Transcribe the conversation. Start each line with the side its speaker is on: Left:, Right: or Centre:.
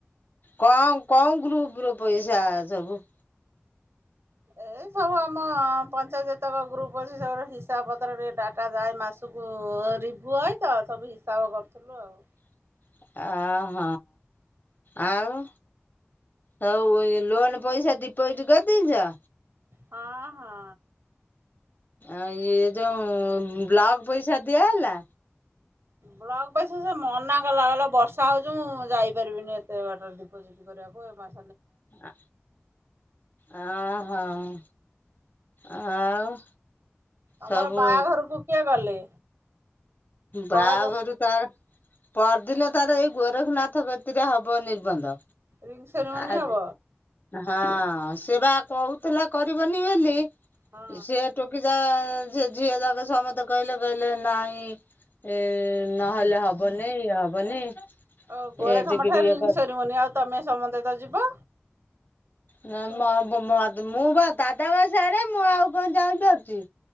Left: କ‌ଅଁ କ‌ଅଁ ଗ୍ରୁପ୍ ର ପଇସା ସବୁ।
Right: ଏ ସବୁ ଆମ ପଞ୍ଚାୟତ ଯେତକ ଗ୍ରୁଫ ଅଛି ସବୁ ହିସାବ ପତ୍ର ଡାଟା ଯାଏ ମାସକୁ। ହଁ ରିଭୁ ହବତ ସବୁ ହିସାବ କରିୁଥିଲୁ ଆଉ।
Left: <inaudible> ଓହ ଆଉ। ହୋଉ ଏ ଲୋନ ପଇସା ଡିପୋଜିିଟ କରିଦେଇଚ।
Right: ହଁ ହଁ।
Left: ଆଉ ଇଏ ଯୋଉ ବ୍ଲକ ପଇସା ଦିଆହେଲା?
Right: ବ୍ଲକ ପଇସା ସେ ମନା କଲା କହିଲା ବର୍ଷା ହୋଉଚି ମୁଁ ଯାଇପାରିବିନି ଏତେ ବାଟ ଡିପୋଜିଟ୍ କରିବାକୁ ଏ ମା
Left: ଆ ଆଁ ହଁ ଆଉ।
Right: ତମର
Left: ସବୁ
Right: ବାହାଘରକୁ କିଏ ଗଲେ? ବର
Left: ବାହାଘରୁ
Right: ଗ
Left: ତାର ପରଦିନ ତାର ଏଇ ଗୋରଖନାଥ କତିରେ ହବ ନିର୍ବନ୍ଧ।
Right: ରିଙ୍ଗ ସେରିମନି
Left: ଆଜି
Right: ହବ
Left: ହଁ। ହଁ ସେ ବା କୋହୁଥିଲା କରିବନି ବୋଲି
Right: ହଁ
Left: ସେ ଟୋକି ଯା ସେ ଝିଅ ଯାକ ସମସ୍ତେ କହିଲେ କହିଲେ ନାଇଁ ଏ ନହେଲେ ହବନି ଇଏ ହବନି।
Right: ଓ ଗୋରେଖମଠାରେ
Left: ଏମିତିକିରି ଇଏ
Right: ରିଙ୍ଗ ସେରିମନି ଆଉ ତମେ ସମତେ ତ ଯିବ?
Left: ନା ମ-ମଦ ମୁଁ ବା ଦାଦା ବା ସିଆଡେ ମୁଁ ଆଉ କଣ ଜାଇପାରୁଚି।